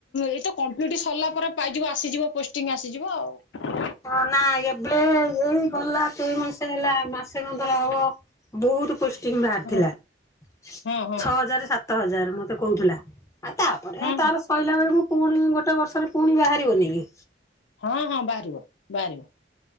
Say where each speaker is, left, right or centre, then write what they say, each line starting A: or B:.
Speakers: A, on the left (about 80°); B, on the left (about 15°).
A: ଏଇତ ବିଡି ସରିଲା ପରେ ପାଇଯିବ ଆସିଯିବ ପୋଷ୍ଟିଙ୍ଗି ଆସିଯିବ ଆଉ।
B: ହଁ ନା ଏବେ ଏଇ ଗଲା କେଇ ମାସେ ହେଲା ମାସେ କନ୍ତ ର ହବ। ବହୁତୁ ପୋଷ୍ଟିଂ ଙ୍ଗି ବାହାରିଥିଲା
A: ହଁ
B: ଛଅ
A: ହଁ ହଁ
B: ହଜାରେ ସାତ ହଜାରେ ମତେ କହୁଥିଲା। ଆଉ ତାପରେ
A: ହଁ
B: ତାର ସରିଲା ବେଳକୁ ପୁଣି ଗୋଟେ ବର୍ଷରେ ପୁଣି ବାହାରିବନେହିଁ କି?
A: ହଁ ହଁ ବାହାରିବ ବାହାରିବ।